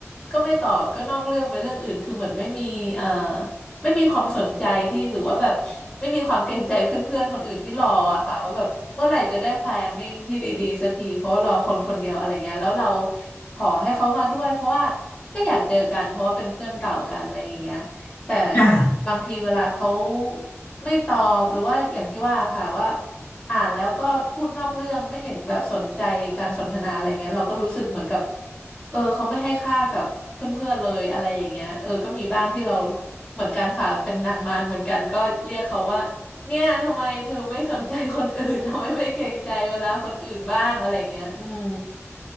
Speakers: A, on the left; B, on the left.
A: ก็ไม่ตอบก็นอกเรื่องไปเรื่องอื่นคือเหมือนไม่มีเอ่อ ไม่มีความสนใจที่หรือว่าแบบไม่มีความเกรงใจเพื่อนๆคนอื่นที่รออะค่ะว่าแบบเมื่อไหร่จะได้ planning ที่ดีๆสักทีเพราะว่ารอคนคนเดียวอะไรเงี้ยแล้วเราขอให้เขามาด้วยเพราะว่าก็อยากเจอกันเพราะว่าเป็นเพื่อนเก่ากันอะไรอย่างเงี้ยแต่
B: ค่ะ
A: บางทีเวลาเขาไม่ตอบหรือว่าอย่างที่ว่าค่ะว่าอ่านแล้วก็พูดนอกเรื่องไม่เห็นแบบสนใจการสนทนาอะไรเงี้ยเราก็รู้สึกเหมือนกับ เออเขาไม่ให้ค่ากับเพื่อนๆเลยอะไรอย่างเงี้ยเออก็มีบ้างที่เราเหมือนกันค่ะเป็นนางมารเหมือนกันก็เรียกเขาว่าเนี่ยทำไมเธอไม่สนใจคนอื่น <laughs> ทำไมไม่เกรงใจเวลาคนอื่นบ้างอะไรอย่างเงี้ยอืม